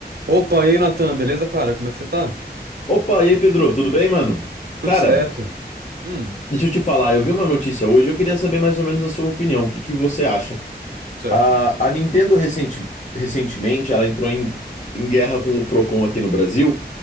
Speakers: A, on the right; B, on the left.
A: Opa, e aí, Natan, beleza, cara? Como é que você tá?
B: Opa, e aí, Pedro, tudo bem, mano?
A: Tudo
B: Cara,
A: certo? Hum,
B: deixa eu te falar, eu vi uma notícia hoje, eu queria saber mais ou menos a sua opinião, o que que você acha?
A: certo.
B: A, a Nintendo recenti- recentemente, ela entrou em, em guerra com o Procon aqui no Brasil,